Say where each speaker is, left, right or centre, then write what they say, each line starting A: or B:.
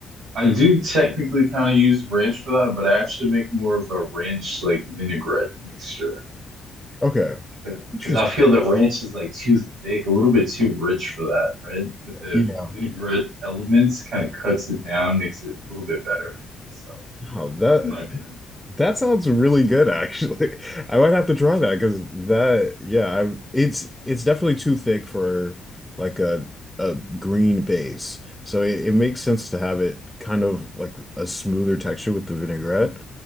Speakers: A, on the right; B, in the centre.
A: I do technically kind of use ranch for that, but I actually make more of a ranch like vinaigrette mixture
B: Okay.
A: because
B: Interesting.
A: I feel that ranch is like too thick, a little bit too rich for that, right? But the
B: Yeah.
A: vinaigrette elements kind of cuts it down, makes it a little bit better for myself,
B: Wow, that
A: in my opinion.
B: That sounds really good, actually. <laughs> I might have to try that because that, yeah, I it's it's definitely too thick for like a a green base. So it, it makes sense to have it kind of like a smoother texture with the vinaigrette.